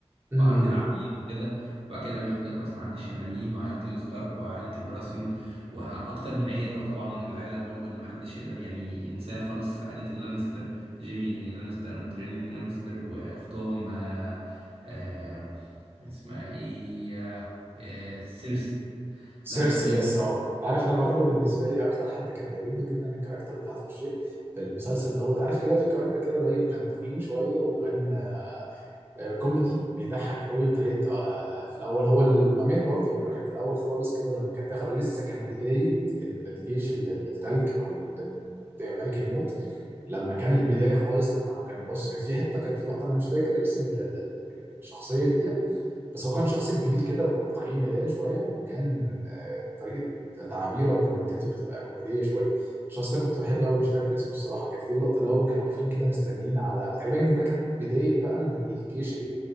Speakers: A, on the right (about 20°); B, on the right (about 60°).
A: امم
B: وعند العبيد وكده وبعد كده بياخدك مثلا عند الشماليين وعائله الستارك وعائله البراسيون واكتر من عيله وطبعا العيله برضو اللي محدش يقدر يعني ينساها خالص عائله اللانستر جيمي لانستر وترين لانستر واختهم آه، آه، اسمها ايه آه، آه، سيرسي
A: سيرسي
B: لا لا بجد
A: يس اه انت عارف انا برضه بالنسبه لي اكتر حد كان بيعجبني جدا الكاركتر بتاعته في الشيء في المسلسل دوت عارف كده في كاركتر كده زي كان تخين شويه وكان آه، كوميدي بيضحك قوي بطريقه آه، في الاول هو لما مات برضه لما كان في الاول خالص كده لما كان داخل لسه كان بدايه ال- الجيش ال- ال- التلج او ال- ال- ملك الموت لما كان البدايه خالص لما كان بص كان في حته كانت في لقطه انا مش فاكر اسم ال- ال- ال- الشخصيه دي بس هو كان شخص كبير كده وتخين مليان شويه وكان آه، طريقه تعابيره وكومنتاته بتبقى كوميديه شويه الشخص ده كنت بحبه قوي مش فاكر اسمه الصراحه كانت في اللقطه اللي هو كانوا واقفين كده مستنيين على تقريبا ده كانت بدايه بقى ان الجيش